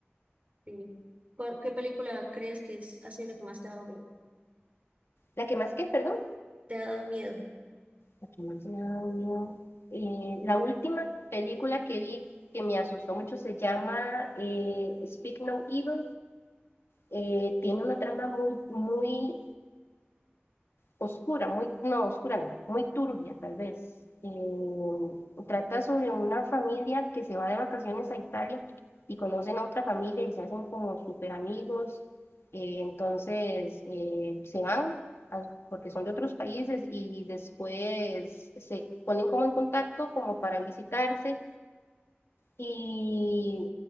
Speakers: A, on the right; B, on the left.
A: Sí. ¿Cuál- ¿Qué película crees que es así la que más te ha dado miedo?
B: La que más qué perdón,
A: Te ha dado miedo.
B: la que más me ha dado miedo. Eh, la última película que vi que me asustó mucho se llama eh, Speak No Evil. Eh, tiene una trama muy, muy oscura, muy, no, oscura no, muy turbia tal vez. Eh, trata sobre una familia que se va de vacaciones a Italia y conocen a otra familia y se hacen como super amigos. eh, entonces eh, se van a- porque son de otros países y después se ponen como en contacto como para visitarse y,